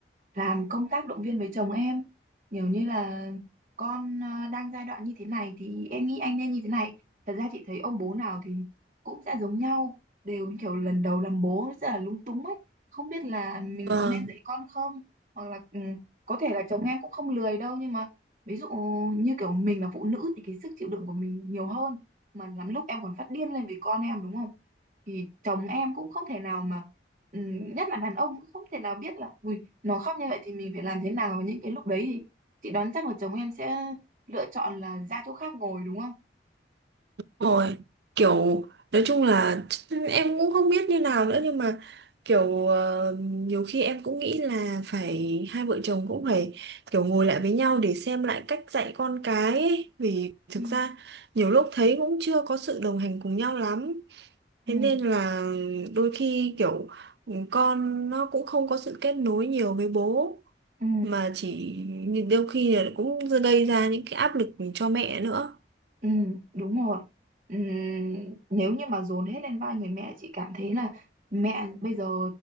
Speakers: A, on the right; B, on the right.
A: làm công tác động viên với chồng em nhiều như là con à, đang giai đoạn như thế này thì em nghĩ anh nên như thế này thật ra chị thấy ông bố nào thì cũng sẽ giống nhau đều kiểu lần đầu làm bố rất là lúng túng ấy không biết là mình
B: ờ,
A: có nên dạy con không hoặc là ừ, có thể là chồng em cũng không lười đâu nhưng mà ví dụ như kiểu mình là phụ nữ thì cái sức chịu đựng của mình nhiều hơn mà lắm lúc em còn phát điên lên vì con em đúng không thì chồng em cũng không thể nào mà ừm, nhất là đàn ông cũng không thể nào biết là ui nó khóc như vậy thì mình phải làm thế nào và những cái lúc đấy thì chị đoán chắc là chồng em sẽ lựa chọn là ra chỗ khác ngồi đúng không?
B: rồi kiểu nói chung là em cũng không biết như nào nữa nhưng mà kiểu ờ, nhiều khi em cũng nghĩ là phải hai vợ chồng cũng phải kiểu ngồi lại với nhau để xem lại cách dạy con cái ấy. Vì thực
A: Ừ.
B: ra nhiều lúc thấy cũng chưa có sự đồng hành cùng nhau lắm thế
A: Ừ,
B: nên là đôi khi kiểu con nó cũng không có sự kết nối nhiều với bố
A: ừ,
B: mà chỉ đôi khi là cũng gây ra những cái áp lực cho mẹ nữa
A: ừ, đúng rồi. Ừm, nếu như mà dồn hết lên vai người mẹ, chị cảm thấy là mẹ bây giờ